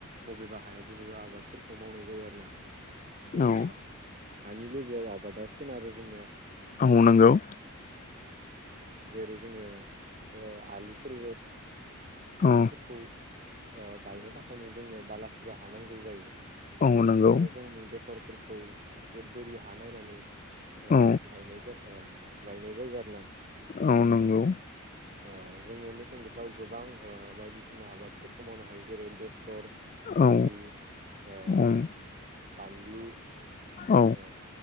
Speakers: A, on the right (about 35°); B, on the left (about 35°).
A: बबेबा हायाव बबेबा आबादफोरखौ मावनाय जायो आरो ना जोंनिया
B: औ
A: हा हानि लोगोआव आबादा सोनारो जोंनिया।
B: ओ नांगौ-
A: जेरै जोङो ओआलुफोर आलुफोरखौ
B: औ
A: ओ गायनो थाखायनो जोंनो बालासिरिया हानांगौ जायो।
B: औ नंगौ
A: आरो जोंङो बेसरफोरखौ एसे बोरि हा नायनानै ओ
B: औ
A: गायनाय ओ गायनाय जायो आरो ना।
B: औ नंगौ।
A: ओ जोङो मेसें बोथोराव गोबां बायदिसिना आबादफोरखौ मावनो हायो जेरै- बेसर
B: औ
A: आलु ओ-
B: औ
A: बानलु
B: औ
A: ओ